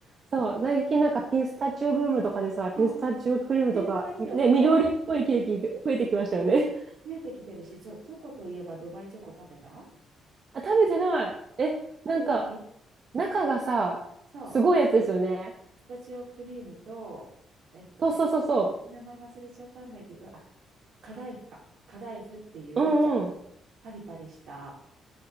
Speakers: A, on the right; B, on the right.
A: そう、
B: ね、
A: 最近なんかピスタチオブームとかでさ、ピスタチオクリームとか、
B: そうピスタチオそ
A: ね、緑っぽいケーキ増えてきましたよね。
B: う見えてきてるしそうチョコといえばドバイチョコ食べた
A: <laughs> あ、食べてない。え、
B: 食べてない
A: なんか、中がさ、
B: そう
A: すごいやつですよね。
B: ピスタチオクリームと、えっと、
A: そうそうそうそ
B: あ、名前忘れちゃったんだけど、あ、カダイフか。カダイフっていう、
A: う。うんうん。
B: ちょっとパリパリした